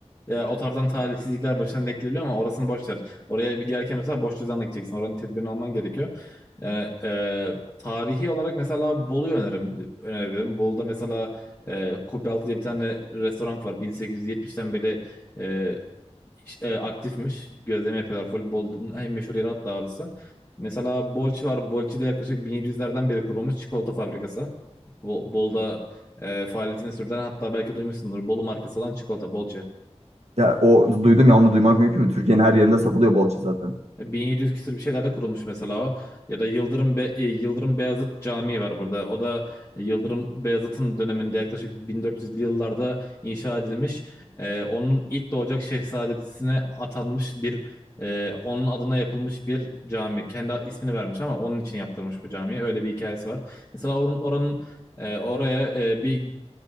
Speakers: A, on the left; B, on the right.
A: Ya o tarzdan talihsizlikler başına denk gelebiliyor ama orasını boş ver. Oraya bir gelirken mesela boş cüzdanla gideceksin. Oranın tedbirini alman gerekiyor. Yani e, tarihi olarak mesela Bolu'yu öneririm, önerebilirim. Bolu'da mesela e, Kubbe Altı diye bir tane restoran var. 1870'ten beri e, e, aktifmiş. Gözleme yapıyorlar. Voleybolun en meşhur yeri hatta orası. Mesela Bolçi var. Bolçi'de yaklaşık bin yedi yüzlerden beri kurulmuş çikolata fabrikası. Bo- Bol'da e, faaliyetini sürdüren hatta belki duymuşsundur. Bolu markası olan çikolata Bolçi.
B: Ya o duydum ya onu duymak mümkün mü? Türkiye'nin her yerinde satılıyor bolça zaten.
A: 1700 küsur bir şeylerde kurulmuş mesela o. Ya da Yıldırım Be- e, Yıldırım Beyazıt Camii var burada. O da e, Yıldırım Beyazıt'ın döneminde yaklaşık 1400'lü yıllarda inşa edilmiş. E, onun ilk doğacak şehzadesine atanmış bir e, onun adına yapılmış bir cami. Kendi ismini vermiş ama onun için yaptırmış bu camiyi. Öyle bir hikayesi var. Mesela oranın, oranın e, oraya e, bir